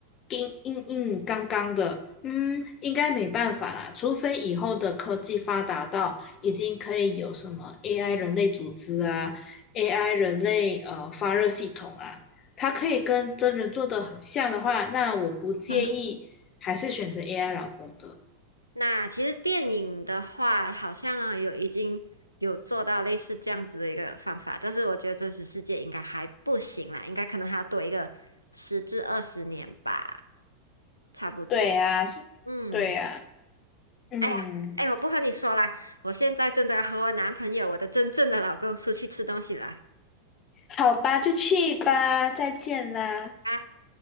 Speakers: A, on the left; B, on the left.
A: 硬硬硬刚刚的，嗯，应该没办法啦，除非以后的科技发达到已经可以有什么 AI 人类组织啊，AI 人类呃发热系统啊，它可以跟真人做的很像的话，那我不介意，
B: <laughs>
A: 还是选择 AI 老公的。
B: 那其实电影的话，好像啊有已经有做到类似这样子的一个方法，但是我觉得真实世界应该还不行啦，应该可能还要多一个十至二十年吧，差不多。
A: 对呀，是，
B: 嗯，
A: 对呀。嗯，
B: 哎呀，哎，我不和你说啦，我现在真的要和我男朋友，我的真正的老公出去吃东西啦。
A: 好吧，就去吧，再见啦。
B: 啊